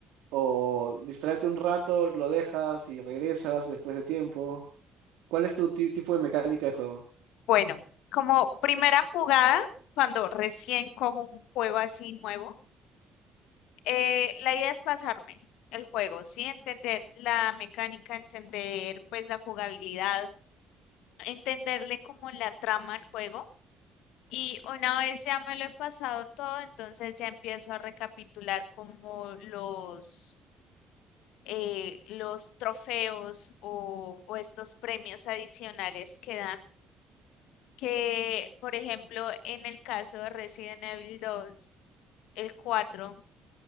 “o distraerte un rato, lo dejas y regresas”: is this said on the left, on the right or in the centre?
Right